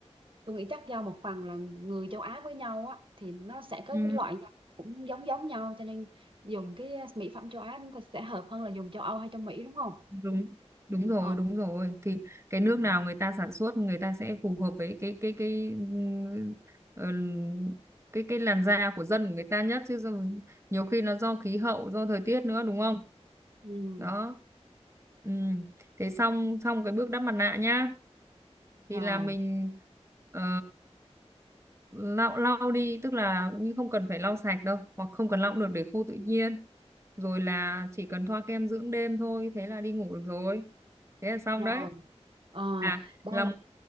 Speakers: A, on the right; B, on the right.
A: tôi nghĩ chắc do một phần là người châu Á với nhau á thì nó sẽ có
B: Ừ.
A: cái loại rau cũng giống giống nhau cho nên dùng cái mỹ phẩm châu Á chúng ta sẽ hợp hơn là dùng châu Âu hay châu Mỹ đúng không?
B: đúng đúng rồi
A: Ờ.
B: đúng rồi thì cái nước
A: Ừ.
B: nào người ta sản xuất người ta sẽ phù hợp với cái cái cái ừm, ừm, cái cái làn da của dân của người ta nhất chứ do- nhiều khi nó do khí hậu do thời tiết nữa đúng không
A: Ừ.
B: đó Ừm, thế xong xong cái bước đắp mặt nạ nhá thì
A: Rồi.
B: là mình ờ, lau lau đi tức là nhưng không cần phải lau sạch đâu hoặc không cần lau cũng được để khô tự nhiên rồi là chỉ cần thoa kem dưỡng đêm thôi thế là đi ngủ được rồi thế là xong
A: rồi
B: đấy
A: ờ,
B: à
A: đây
B: là một